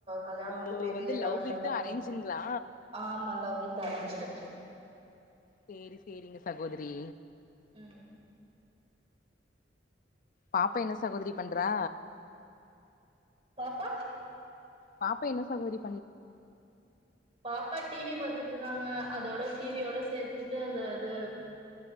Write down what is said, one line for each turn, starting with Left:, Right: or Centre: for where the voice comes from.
Right: கல்யாணம்
Left: ஓ
Right: வந்து பெரிய
Left: லவ்
Right: லெவல்ல
Left: வித்
Right: தான்
Left: அரேஞ்சுங்களா
Right: பண்ண ஆமா லவவி தரஞ்சிடும்
Left: சேரி சேரிங்க சகோதரி
Right: உம்
Left: பாப்பா என்ன சகோதரி பண்றா
Right: பாப்பா
Left: பாப்பா என்ன சாரி
Right: பாப்பா டிவி பாத்துட்டு இரு இருக்காங்க அதோட டிவியோட சேர்த்துக்கிட்டு அந்த அது